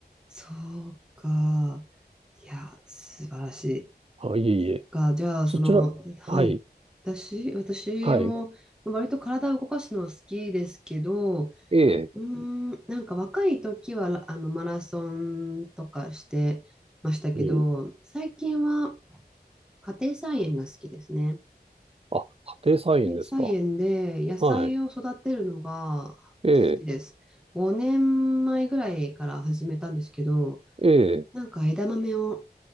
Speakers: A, in the centre; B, on the right (about 35°).
A: そうか。いや、素晴らしい。
B: あ、いえいえ。
A: か、じゃあ、
B: そちら、
A: その、はい。
B: はい、
A: 私、私も、
B: はい。
A: 割と体を動かすのは好きですけど、う
B: ええ、
A: ーん、なんか若い時は、あの、マラソンとかしてましたけど、
B: うん。
A: 最近は家庭菜園が好きですね。
B: あ、家庭菜園ですか。
A: 家庭菜園で野菜を育てるのが好きです。
B: はい。ええ、
A: 5年前ぐらいから始めたんですけど、
B: ええ、
A: なんか枝豆を